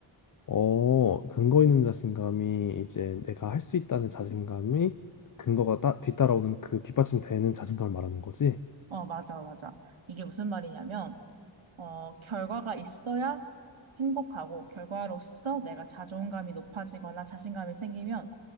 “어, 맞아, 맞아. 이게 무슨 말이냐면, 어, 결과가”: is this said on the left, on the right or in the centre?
Right